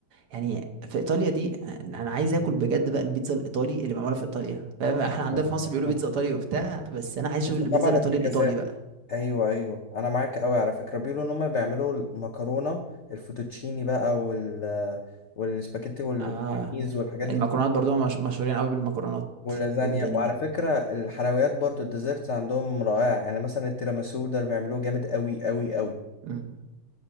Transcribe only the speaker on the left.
آه.
آه.
بس
طبعا
افتكاسات
ايوه ايوه انا معاك قوي على فكرة بيقولوا ان هما بيعملوا المكرونة الفوتوتشيني بقى وال والسباجيتي والبريز
والحاجات دي
واللازانيا
وعلى
فكرة الحلويات برضو الديزرتس عندهم رائعة يعني مثلا التيراميسو ده بيعملوه جامد قوي قوي قوي